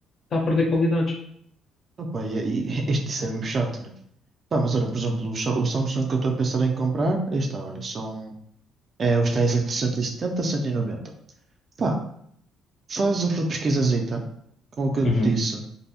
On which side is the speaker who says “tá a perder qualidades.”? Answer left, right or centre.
Left